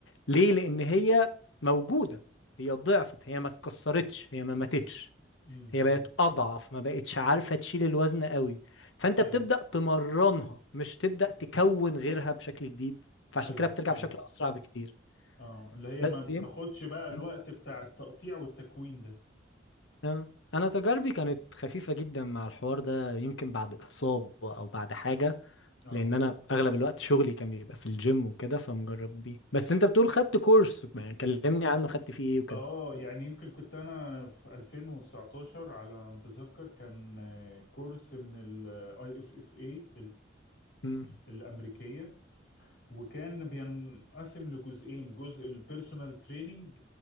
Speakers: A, on the left (about 75°); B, on the left (about 55°).
A: ليه؟ لأن هي موجودة هي ضعفت هي ما اتكسرتش هي ما ماتتش
B: امم امم
A: هي بقت أضعف ما بقتش عارفة تشيل الوزن قوي فأنت
B: ايوه
A: بتبدأ تمرنها مش تبدأ تكون غيرها بشكل جديد فعشان
B: ايوه
A: كده بترجع
B: ايوه
A: بشكل أسرع بكتير
B: اه اللي هي
A: بس
B: ما بتاخدش
A: يم...
B: بقى الوقت
A: مم.
B: بتاع التقطيع والتكوين ده
A: آه. انا تجاربي كانت خفيفه جدا مع الحوار ده يمكن بعد اصابه او بعد حاجه
B: اه
A: لان انا اغلب الوقت شغلي كان بيبقى في الجيم وكده فمجرب بيه بس انت بتقول خدت كورس يعني كلمني عنه خدت فيه ايه وكده
B: اه يعني يمكن كنت انا في 2019 على ما اتذكر كان آه، كورس من الاي اس اس اي
A: مم.
B: الامريكيه وكان بينقسم لجزئين جزء البيرسونال تريننج